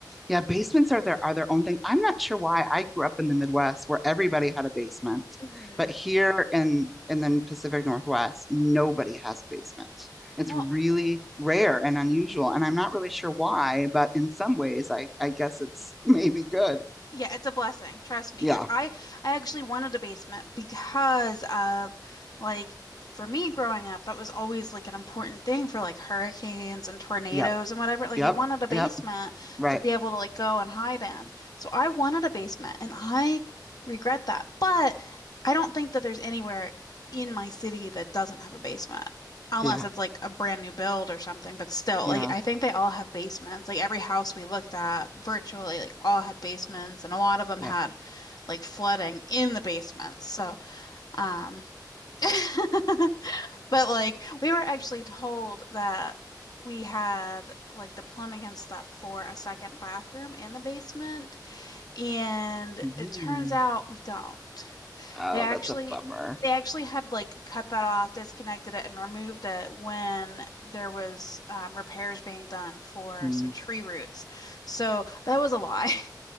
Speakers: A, in the centre; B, on the left (about 60°).
A: Yeah, basements are their are their own thing. I'm not sure why. I grew up in the Midwest where everybody had a basement,
B: hmm
A: but here in in the Pacific Northwest, nobody has a basement. It's
B: Well,
A: really rare and unusual, and I'm not really sure why, but in some ways, I I guess it's <laughs> maybe good.
B: Yeah, it's a blessing. Trust me.
A: Yeah.
B: Like I I actually wanted a basement because of like for me growing up, that was always like an important thing for like hurricanes and tornadoes
A: Yep.
B: and whatever. Like
A: Yep.
B: you wanted a basement
A: Yep. Right.
B: to be able to like go and hide in. So I wanted a basement and I regret that. But I don't think that there's anywhere in my city that doesn't have a basement. Unless
A: Yeah.
B: it's like a brand new build or something, but still,
A: Yeah.
B: like I think they all have basements. Like every house we looked at virtually, like all had basements, and a lot of them
A: Yeah.
B: had like flooding in the basements. So, um, <laughs> but like we were actually told that we had like the plumbing and stuff for a second bathroom in the basement, and
A: Mm.
B: it turns out we don't.
A: Oh,
B: They actually
A: that's a bummer.
B: they actually had like cut that off, disconnected it, and removed it when there was um, repairs being done for
A: Mm.
B: some tree roots. So that was a lie. <laughs>